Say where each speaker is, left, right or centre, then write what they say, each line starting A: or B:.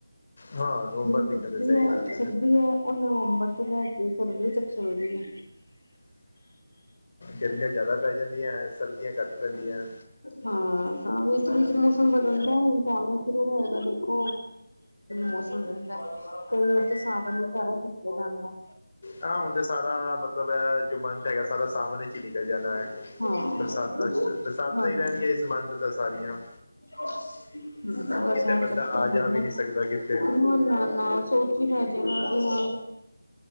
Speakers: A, on the left; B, on the left.
A: ਹਾਂ। ਨਵੰਬਰ
B: ਜਿਹੜੀ
A: ਤੀਕਨ
B: ਸਰਦੀ
A: ਤੇ ਸਹੀ
B: ਹੈ
A: ਗੱਲ
B: ਸਰਦੀ ਹੈ ਉਹ ਨਵੰਬਰ ਤੋਂ ਲੈ ਕੇ ਫਰਵਰੀ ਤੱਕ ਚੱਲਦੀ ਹੈ।
A: ਗਰਮੀਆਂ ਜ਼ਿਆਦਾ ਪੈ ਜਾਂਦੀਆਂ ਸਰਦੀਆਂ ਘੱਟ ਪੈਂਦੀਆਂ।
B: ਹਾਂ, ਤਾਂ ਵਿੱਚ ਵਿੱਚ ਮੌਸਮ ਬਦਲਦਾ ਹੁਣ ਜਾਣਾ ਸ਼ੁਰੂ ਹੋਇਗਾ ਦੇਖੋ, ਮੌਸਮ ਰਹਿੰਦਾ ਕਈ ਵਾਰ ਤੇ ਸਾਵਣ ਨੂੰ ਸਾਰਾ ਸੁਟਿਆ ਜਾਂਦਾ।
A: ਆਹ ਹੁਣ ਤੇ ਸਾਰਾ ਮਤਲਬ ਹੈ ਜੋ <unintelligible> ਚ ਹੈਗਾ ਸਾਰਾ ਸਾਮਨ ਵਿਚ ਹੀ ਨਿਕਲ ਜਾਣਾ ਹੈ।
B: ਹਾਂ
A: ਬਰਸਾਤਾਂ
B: ਹਾਂ
A: ਚ ਬਰਸਾਤਾਂ ਹੀ ਰਹਿਣਗੀਆਂ ਇਸਬਤ ਤਾਂ ਸਾਰੀਆਂ।
B: <unintelligible> ਕਿ
A: ਕਿਤੇ ਬੰਦਾ ਆ
B: ਰਾਜੇ
A: ਜਾ ਵੀ ਨਹੀਂ ਸਕਦਾ ਕਿਤੇ
B: ਕਰਦੇ ਹਾਂ